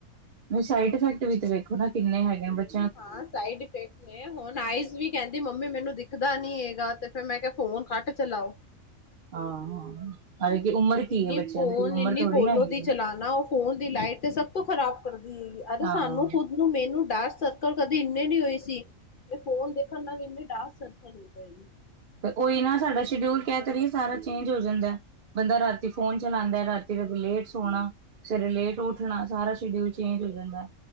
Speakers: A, on the right (about 55°); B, on the left (about 65°).
A: ਓ ਸਾਈਡ ਇਫੈਕਟ ਵੀ ਵੇਖੋ ਨਾ ਕਿੰਨੇ ਹੈਗੇ ਨੇ ਬੱਚ
B: ਹਾਂ ਸਾਈਡ ਇਫੈਕਟ ਨੇ, ਹੁਨ ਆਈਜ਼ ਵੀ ਕਹਿੰਦੀ ਮੰਮੀ ਮੈਨੂੰ ਦਿਖਦਾ ਨੀ ਹੇਗਾ ਤੇ ਫੇਰ ਮੈਂ ਕਿਆ ਫੋਨ ਘਟ ਚਲਾਓ।
A: ਹਾਂ-ਹਾਂ, ਹਾਲੇ ਕਿ ਉਮਰ ਕੀ
B: ਇੰਨੀ
A: ਏ ਬੱਚੇਆਂ
B: ਫੋਨ
A: ਦੀ ਕੋਈ ਉਮਰ
B: ਇੰਨੀ
A: ਥੋੜੀ
B: ਕੋਲੋਂ
A: ਨਾ ਹੈਗੀ
B: ਦੀ ਚਲਾਣਾ
A: ਏ।
B: ਉਹ ਫੋਨ ਦੀ ਲਾਈਟ ਤੇ ਸਭ ਤੋਂ ਖ਼ਰਾਬ ਕਰਦੀ ਹੇਗੀ, ਅਰੇ
A: ਹਾਂ
B: ਸਾਨੂੰ ਖੁਦ ਨੂੰ ਮੈਨੂੰ ਡਾਰਕ ਸਰਕਲ ਕਦੇ ਇੰਨੇ ਨੀ ਹੋਏ ਸੀ, ਤੇ ਫੋਨ ਦੇਖਣ ਨਾਲ ਇੰਨੇ ਡਾਰਕ ਸਰਕਲ ਹੋ ਗੇ। ਅੱਛਾ ਜੀ।
A: ਤਾਂ ਓਈ ਨਾ ਸਾਡਾ ਸ਼ਡਿਊਲ ਕਹਿ ਤੇ ਰਈ ਆ ਸਾਰਾ ਚੇਂਜ ਹੋ ਜਾਂਦਾ ਏ। ਬੰਦਾ ਰਾਤੀ ਫੋਨ ਚਲਾਂਦਾ ਏ ਰਾਤੀ ਫੇਰ ਲੇਟ ਸੋਣਾ। ਸਵੇਰੇ ਲੇਟ ਉੱਠਣਾ ਸਾਰਾ ਸ਼ਡਿਊਲ ਚੇਂਜ ਹੋ ਜਾਂਦਾ ਏ।